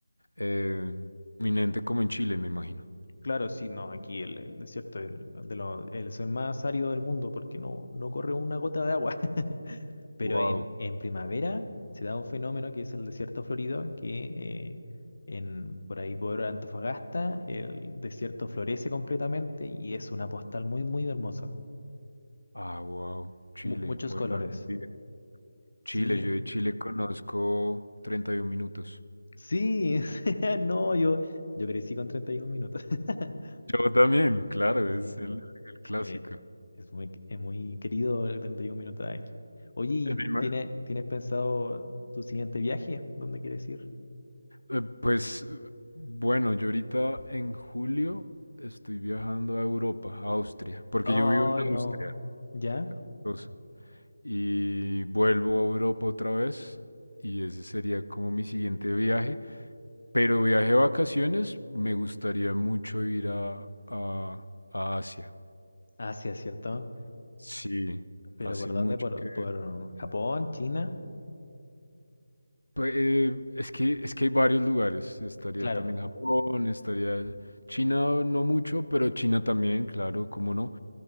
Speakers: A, on the left; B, on the left.
A: Eh, eminente como en Chile, me imagino.
B: Claro, sí, no, aquí el, el desierto es el de lo- es el más árido del mundo porque no, no corre una gota de agua. <laughs> Pero
A: Wow.
B: en, en primavera se da un fenómeno que es el desierto florido, que eh, en, por ahí por Antofagasta el desierto florece completamente y es una postal muy, muy hermosa.
A: Ah, wow. Chile.
B: Mu- muchos
A: Bueno,
B: colores.
A: algún día.
B: Sí,
A: Chile, yo de Chile conozco 31 minutos.
B: sí, <laughs> no, yo, yo crecí con 31 minutos. <laughs>
A: Yo también, claro,
B: Sí.
A: es el, el clásico.
B: Eh, es muy, es muy querido el 31 minutos de aquí. Oye, ¿y
A: Eh, me ima-
B: tiene, tienes pensado tu siguiente viaje? ¿Dónde quieres ir?
A: eh, Pues bueno, yo ahorita en julio estoy viajando a Europa, a Austria, porque
B: Oh,
A: yo vivo en
B: no.
A: Austria,
B: ¿Ya?
A: cosa, y vuelvo a Europa otra vez, y ese sería como mi siguiente viaje. Pero viaje de vacaciones, me gustaría mucho ir a, a- a Asia.
B: Ah, sí, es cierto.
A: Sí,
B: ¿Pero
A: hace
B: por
A: mucho
B: dónde? ¿Por,
A: que...
B: por Japón? ¿China?
A: Pues, eh, es que, es que hay varios lugares. Estaría
B: Claro.
A: también Japón, estaría China, no mucho, pero China también, claro, cómo no.